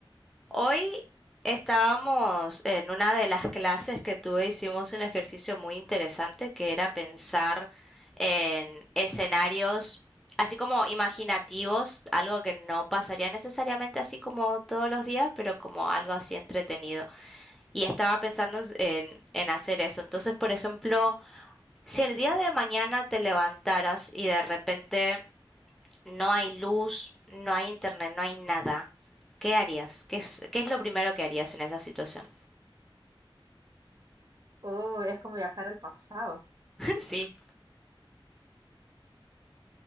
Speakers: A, in the centre; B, on the right.
A: Hoy estábamos en una de las clases que tuve, hicimos un ejercicio muy interesante que era pensar en escenarios así como imaginativos, algo que no pasaría necesariamente así como todos los días, pero como algo así entretenido. Y estaba pensando en, en hacer eso. Entonces, por ejemplo, si el día de mañana te levantaras y de repente no hay luz, no hay internet, no hay nada, ¿qué harías? ¿Qué es, qué es lo primero que harías en esa situación?
B: Oh, es como viajar al pasado.
A: <laughs> sí,